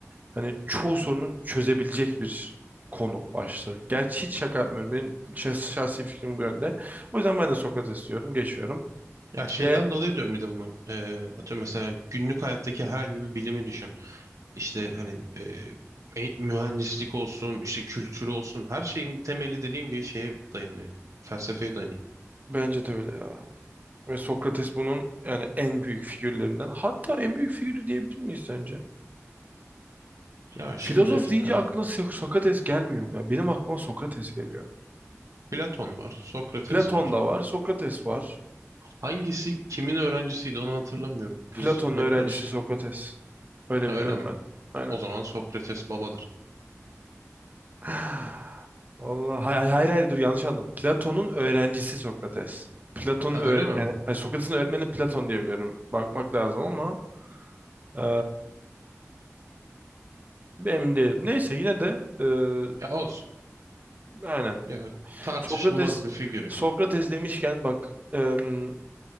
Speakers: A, on the right; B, on the right.
A: hani çoğu sorunun çözebilecek bir konu başlığı. Gerçi hiç şaka yapmıyorum. Benim şahs- şahsi fikrim bu yönde. O yüzden ben de Sokrates diyorum, geçiyorum
B: Ya şeyden
A: ve
B: dolayı diyorum bir de bunu Ee, atıyorum mesela günlük hayattaki herhangi bir bilimi düşün. İşte hani e, e, mühendislik olsun, işte kültürü olsun her şeyin temeli dediğin gibi şeye dayanıyor. Felsefeye dayanıyor.
A: bence de öyle ya. Ve Sokrates bunun yani en büyük figürlerinden. Hatta en büyük figürü diyebilir miyiz sence?
B: Ya şimdi
A: Filozof deyince
B: hani
A: aklına So- Sokrates gelmiyor mu? Ya benim aklıma Sokrates geliyor.
B: Platon var, Sokrates
A: Platon
B: var.
A: da var, Sokrates var.
B: Hangisi kimin öğrencisiydi onu hatırlamıyorum.
A: Platon'un
B: Biz hep
A: öğrencisi
B: karış.
A: Sokrates. Öyle
B: Ha,
A: biliyorum
B: öyle mi?
A: ben. Aynen.
B: O zaman Sokrates babadır.
A: <sighs> Vallahi hayır hayır hayır dur yanlış anladım. Platon'un öğrencisi Sokrates. Platon'un
B: Ha
A: öğre
B: öyle mi?
A: yani hayır, Sokrates'in öğretmeni Platon diye biliyorum. Bakmak lazım ama eee emin değilim. Neyse yine de eee
B: Ya olsun.
A: aynen.
B: Ya tartışılmaz
A: Sokrates
B: bir figür ya.
A: Sokrates demişken bak em,